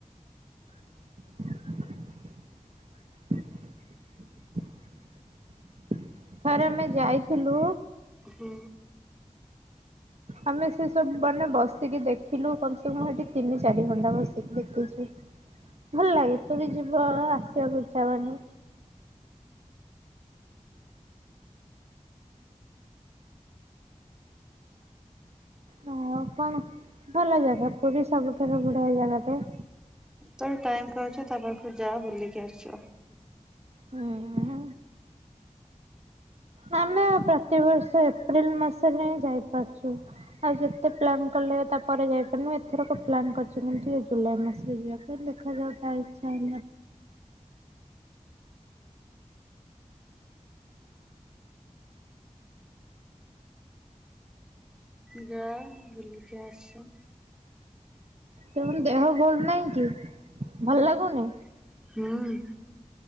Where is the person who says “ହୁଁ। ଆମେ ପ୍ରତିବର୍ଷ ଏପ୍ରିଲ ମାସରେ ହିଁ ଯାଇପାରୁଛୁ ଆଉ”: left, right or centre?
Right